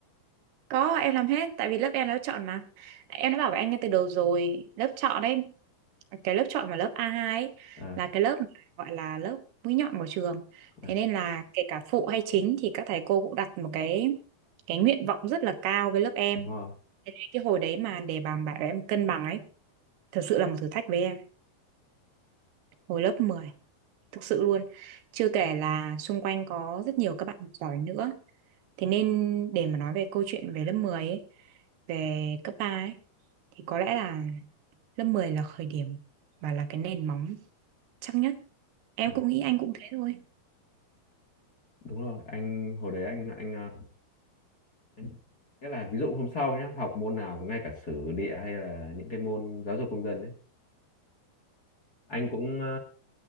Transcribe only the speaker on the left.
ờ
ờ,
đúng rồi
ừ,
đúng rồi anh hồi đấy anh anh à, anh nghĩa là ví dụ hôm sau nhá học môn nào ngay cả sử địa hay là những cái môn giáo dục công dân ấy anh cũng ờ,